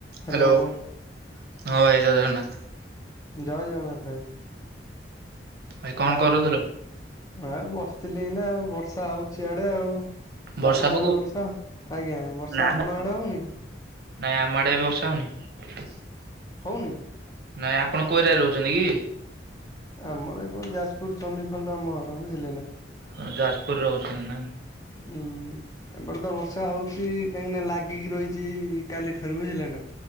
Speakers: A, on the left; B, on the right.
A: ହ୍ୟାଲୋ
B: Hello ହଁ ଭାଇ ଜୟ ଜଗନ୍ନାଥ।
A: ଜୟ ଜଗନ୍ନାଥ ଭାଇ,
B: ଭାଇ କଣ
A: ଆଉ
B: କରୁଥିଲ
A: ଆ ବସିଥିଲି ଏଇନା ଆଉ ବର୍ଷା ହଉଚି ଆଡ଼େ ଆଉ।
B: ବର୍ଷା
A: ଆପଣଙ୍କ
B: ପକଉଛି?
A: ଆଡ଼େ ବର୍ଷା ଆଜ୍ଞା ବର୍ଷା
B: ନା
A: ଆପଣଙ୍କ
B: ନା
A: ଆଡ଼େ ହଉନି କି?
B: ନାଇଁ ଆମ ଆଡ଼େ ଏବେ ବର୍ଷା ହଉନି।
A: ହଉନି?
B: ନାଇଁ ଆପଣ କୋଉ ଏରିଆରେ ରହୁଚନ୍ତି କି?
A: ଆମର ଏପଟ ଯାଜପୁର ଚଣ୍ଡୀଖୋଲ ଆମ ଘର ବୁଝିଲେ ନା।
B: ଅଁ ଯାଜପୁରରେ ରହୁଚନ୍ତି ନା।
A: ହୁଁ। ଏପଟେତ ବର୍ଷା ହଉଚି କାହିଁକିନା ଲାଗିକି ରହିଚି କାଲି ଠାରୁ ବୁଝିଲେନା।